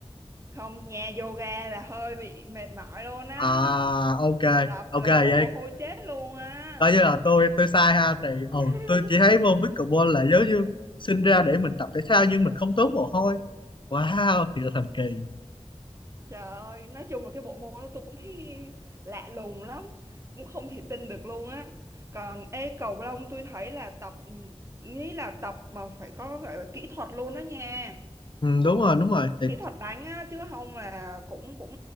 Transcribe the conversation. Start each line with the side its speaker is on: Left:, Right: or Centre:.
Right: không nha yoga là hơi bị mệt mỏi luôn á
Left: à ok
Right: tập là
Left: ok
Right: đổ
Left: vậy
Right: mồ hôi chết luôn á
Left: coi như là tôi tôi sai ha thì ờ
Right: <laughs>
Left: tôi chỉ thấy môn pickleball là giống như sinh ra để mình tập thể thao nhưng mình không tốn mồ hôi wow thì là thần kỳ
Right: Trời ơi, nói chung là cái bộ môn đó tôi cũng thấy lạ lùng lắm, cũng không thể tin được luôn á. Còn ê cầu lông tôi thấy là tập nghĩ là tập mà phải có gọi là kỹ thuật luôn đó nha.
Left: ừ, đúng rồi đúng rồi thì
Right: Kỹ thuật đánh á chứ không là cũng cũng